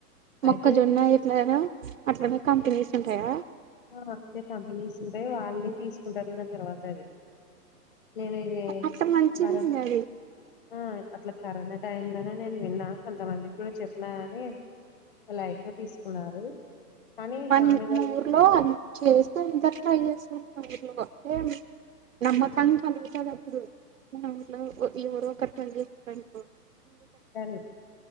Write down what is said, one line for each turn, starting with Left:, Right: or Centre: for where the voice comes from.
Left: అయితే
Right: మొక్కజొన్న ఇట్లానా అట్లనే కంపెనీస్ ఉంటాయా
Left: ఆహా అట్లే కంపెనీస్ ఉంటాయి వాళ్ళే తీసుకుంటారు తర్వాత అది నేను ఇది
Right: అట్లా మంచిది
Left: పర
Right: అది
Left: ఆ అట్లా కరోనా టైమ్ లోనే నేను విన్నా కొంతమందికి కూడా చెప్పినగాని లైట్గా తీసుకున్నారు కానీ
Right: పని
Left: దాని వల్ల
Right: ఆ ఊర్లో చేస్తే ఇంత ట్రై చేస్తారు మా ఊర్లో అంటే నమ్మకం కలుగుతది అప్పుడు మా ఊర్లో ఎవరు ఒకరు ట్రై చేస్తారంటకో
Left: అని